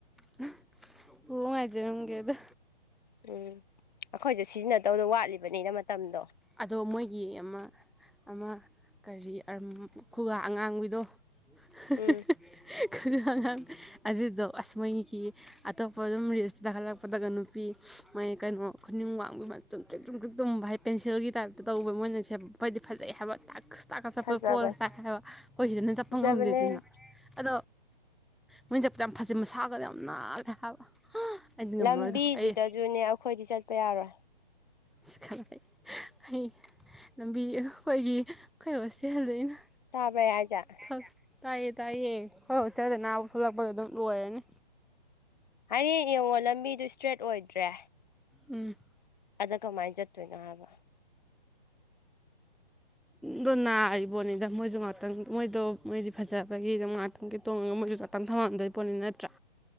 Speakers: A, in the centre; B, on the left.
A: <unintelligible> <unintelligible> ꯉꯥꯏꯖꯔꯝꯒꯦꯗ
B: ꯎꯨꯝ ꯑꯩꯈꯣꯏꯁꯨ ꯁꯤꯖꯤꯟꯅꯗꯧꯗꯣ ꯋꯥꯠꯂꯤꯕꯅꯤꯅ ꯃꯇꯝꯗꯣ
A: ꯑꯗꯣ ꯃꯣꯏꯒꯤ ꯑꯃ ꯑꯃ ꯀꯔꯤ ꯑꯝ ꯈꯨꯒꯥ ꯑꯉꯥꯡꯕꯤꯗꯣ <unintelligible>
B: ꯎꯝ
A: <unintelligible> ꯑꯗꯨꯗꯣ ꯑꯁ ꯃꯣꯏꯒꯤ ꯑꯇꯣꯞꯄ ꯑꯗꯨꯝ ꯔꯤꯜꯁꯇ ꯇꯥꯈꯠꯂꯛꯄꯗꯒ ꯅꯨꯄꯤ ꯃꯣꯏꯒꯤ ꯀꯩꯅꯣ ꯈꯨꯅꯤꯡ ꯋꯥꯡꯕꯤ ꯇꯨꯝꯇ꯭ꯔꯤꯛ ꯇꯨꯝꯇ꯭ꯔꯤꯛ ꯇꯨꯝꯕ ꯍꯥꯏꯗꯤ ꯄꯦꯟꯁꯤꯜꯒꯤ ꯇꯥꯏꯞꯇ ꯇꯧꯕꯕ ꯃꯣꯏꯅ ꯁꯦꯠ ꯍꯥꯏꯗꯤ ꯐꯖꯩ ꯍꯥꯏꯕ ꯇꯥꯛ ꯇꯥꯛꯀ ꯆꯠꯄꯗꯣ
B: ꯐꯖꯕꯅꯦ
A: ꯄꯣꯁ ꯇꯥꯏ ꯍꯥꯏꯕ ꯑꯩꯈꯣꯏ ꯁꯤꯗꯅ ꯆꯠꯄ
B: ꯐꯖꯕꯅꯦ
A: ꯉꯝꯗꯦꯗꯅ ꯑꯗꯣ ꯃꯣꯏꯅ ꯆꯠꯄꯗꯨ ꯌꯥꯝ ꯐꯖꯩ ꯃꯁꯥꯒꯗꯣ ꯌꯥꯝ ꯅꯥꯜꯂꯦ ꯍꯥꯏꯕ ꯑꯩꯗꯤ ꯉꯝꯃꯔꯣꯏꯗꯣ
B: ꯂꯝꯕꯤꯁꯤꯗꯁꯨꯅꯦ
A: ꯑꯩ
B: ꯑꯩꯈꯣꯏꯗꯤ ꯆꯠꯄ ꯌꯥꯔꯣꯏ
A: ꯑꯁ ꯈꯡꯗꯦ ꯑꯩ ꯂꯝꯕꯤ ꯑꯩꯈꯣꯏꯒꯤ ꯑꯩꯈꯣꯏ ꯍꯣꯁꯇꯦꯜꯗꯩꯅ
B: ꯇꯥꯕ꯭ꯔꯥ ꯑꯩ ꯍꯥꯏꯁꯦ
A: <unintelligible> ꯇꯥꯏꯌꯦ ꯇꯥꯏꯌꯦ ꯑꯩꯈꯣꯏ ꯍꯣꯁꯇꯦꯜꯗꯩꯅ ꯑꯕꯥꯎ ꯊꯣꯛꯂꯛꯄꯗ ꯑꯗꯨꯝ ꯂꯣꯏꯔꯅꯤ
B: ꯍꯌꯦꯡ ꯌꯦꯡꯉꯣ ꯂꯝꯕꯤꯗꯨ ꯏꯁꯇ꯭ꯔꯦꯠ ꯑꯣꯏꯗ꯭ꯔꯦ
A: ꯎꯨꯝ
B: ꯑꯗ ꯀꯃꯥꯏꯅ ꯆꯠꯇꯣꯏꯅꯣ ꯍꯥꯏꯕ
A: ꯗꯣ ꯅꯥꯔꯤꯕꯣꯠꯅꯤꯗ ꯃꯣꯏꯁꯨ ꯉꯥꯛꯇꯪ ꯃꯣꯏꯗꯣ ꯃꯣꯏꯗꯤ ꯐꯖꯕꯒꯤꯗ ꯉꯥꯛꯇꯪꯒꯤ ꯇꯣꯡꯉꯒ ꯃꯣꯏꯁꯨ <unintelligible> ꯊꯝꯃꯝꯗꯣꯏ ꯄꯣꯠꯅꯤ ꯅꯠꯇ꯭ꯔꯥ